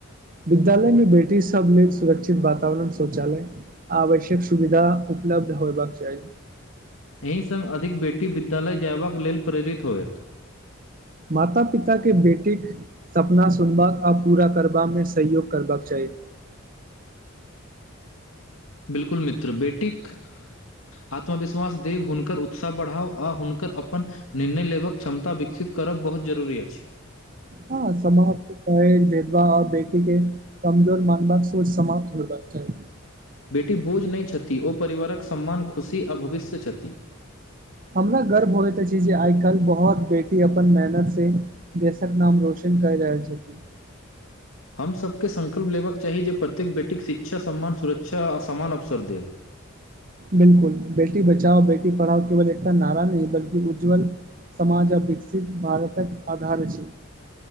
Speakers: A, on the right; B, on the left.
A: विद्यालय में बेटी सब लेल सुरक्षित वातावरण शौचालय आवश्यक सुविधा उपलब्ध होयबाक चाही
B: एहि संग अधिक बेटी विद्यालय जयबाक लेल प्रेरित होयत
A: माता पिता के बेटीक सपना सुनबाक आ पूरा करबा मे सहयोग करबाक चाही
B: बिलकुल मित्र बेटीक
A: <inaudible>
B: आत्मविश्वास देब हुनकर उत्साह बढ़ाव आ हुनकर अपन निर्णय लेबक क्षमता बिक सीत करब बहुत जरूरी अछि
A: हँ समाप्त देहज विधवा आओर बेटीके कमजोर मानबाक सोच समाप्त होयबाक चाही
B: बेटी बोझ नहि छथि ओ परिवारक सम्मान खुशी आ भविष्य छथि
A: हमरा गर्व होइत अछि जे आय काल्हि बहुत बेटी अपन मेहनत से देशक नाम रोशन करि रहल छथि
B: हमसभके संकल्प लेबाक चाही जे प्रत्येक बेटीके शिक्षा सम्मान सुरक्षा आ समान अवसर देब
A: बिल्कुल बेटी बचाओ बेटी पढ़ाओ केवल एकटा नारा नहि बल्कि उज्ज्वल समाज आ विकसित भारतक आधार अछि